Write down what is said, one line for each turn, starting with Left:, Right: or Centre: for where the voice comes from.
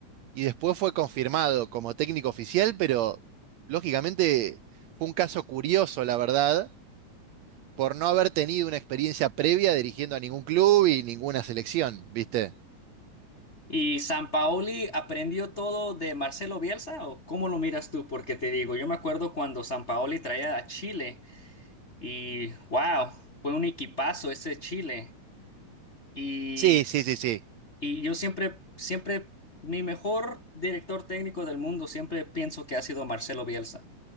Right: y después fue confirmado como técnico oficial, pero lógicamente fue un caso curioso, la verdad, por no haber tenido una experiencia previa dirigiendo a ningún club y ninguna selección, ¿viste?
Left: ¿Y San Paoli aprendió todo de Marcelo Bielsa o cómo lo miras tú? Porque te digo, yo me acuerdo cuando San Paoli traía a Chile y wow, fue un equipazo ese Chile. Y,
Right: Sí, sí, sí, sí.
Left: y yo siempre, siempre, mi mejor director técnico del mundo siempre pienso que ha sido Marcelo Bielsa.